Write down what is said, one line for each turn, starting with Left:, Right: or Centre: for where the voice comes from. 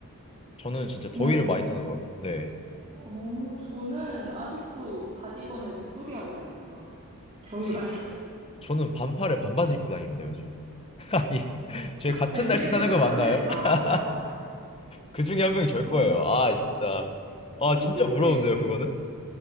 Left: 저는 진짜
Right: 이날씨가.
Left: 더위를 많이 타는 것 같아요. 네.
Right: 오, 저는 아직도 가디건에 목도리 하고 다녀요. 겨울
Left: 지,
Right: 가디건.
Left: 저는 반팔에 반바지 입고 다닙니다, 요즘. <laughs> 아니, 저희
Right: <laughs>
Left: 같은
Right: 아니, 길에
Left: 날씨 사는
Right: 그런
Left: 거 맞나요?
Right: 사람들이 있더라고요.
Left: <laughs> 그 중에 한 명이 절
Right: 어,
Left: 거예요. 아, 진짜. 아,
Right: 어,
Left: 진짜
Right: 세상에.
Left: 부러운데요,
Right: 그,
Left: 그거는?